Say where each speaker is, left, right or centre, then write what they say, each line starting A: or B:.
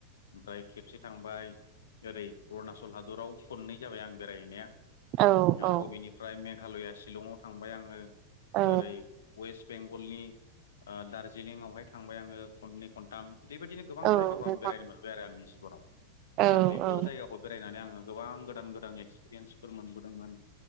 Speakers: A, on the left (about 65°); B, on the right (about 40°).
A: ओमफ्राय खेबसे थांबाय ओरै अरुणाचल हादराव खननै जाबाय आं बेरायहैनाया आरबाव
B: औ औ
A: बबेनिफ्राय मेघालया शिलंआव थांबाय आङो
B: औ
A: ओरै वेस्ट बेंगलनि ओ दार्जिलिंआवहाय थांबाय आङो खननै खनथाम बेबायदिनो गोबां
B: औ
A: जायगाखौ
B: नोंथां
A: आं बेरायनो मोनबाय आरो आंनि जिबनाव दा
B: औ
A: बेफोर
B: औ
A: जायगाखौ बेरायनानै आङो गोबां गोदान गोदान एक्सपिरियेन्सफोर मोनबोदोंमोन